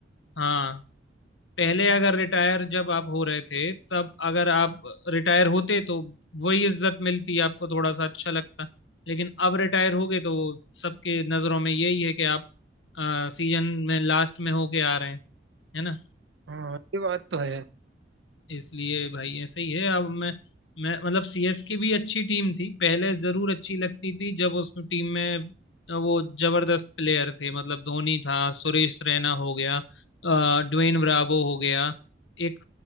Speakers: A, on the left; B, on the right.
A: हाँ पहले अगर रिटायर जब आप हो रहे थे तब अगर आप रिटायर होते तो वही इज्जत मिलती आपको थोड़ा सा अच्छा लगता लेकिन अब रिटायर हो गए तो सबके नजरों में यही है कि आप सीजन में लास्ट में होके आ रहे हैं है ना
B: हाँ ये बात तो है
A: इसलिए भाई ऐसा ही है अब मैं मैं मतलब सीएसके भी अच्छी टीम थी पहले जरूर अच्छी लगती थी जब उस टीम में वो जबरदस्त प्लेयर थे मतलब धोनी था सुरेश रैना हो गया अ, ड्वेन ब्रावो हो गया एक